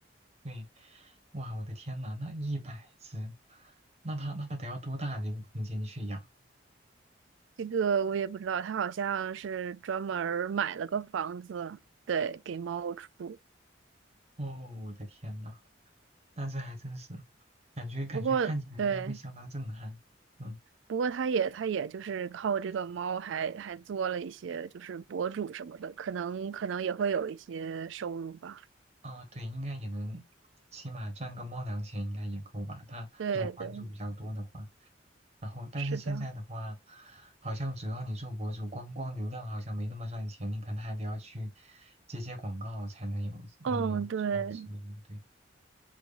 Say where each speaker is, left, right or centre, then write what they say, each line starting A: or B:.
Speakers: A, on the right; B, on the right.
A: 对，哇，我的天呐，那一百只，那它那它得要多大的一个空间去养？
B: 这个我也不知道，他好像是专门儿买了个房子，对，给猫住。
A: 哦，我的天呐，那这还真是，感觉感觉看起来应该会相当震撼。
B: 不过对，
A: 嗯。
B: 不过他也他也就是靠这个猫还还做了一些就是博主什么的，可能可能也会有一些收入吧。
A: 啊，对，应该也能，起码赚个猫粮钱应该也够吧。他如果关注比较多的话，
B: 对对，
A: 然后但是现在的话，
B: 是的。
A: 好像只要你做博主，光光流量好像没那么赚钱，你可能还得要去接接广告才能有那么足够的收入。
B: 嗯，对，
A: 对，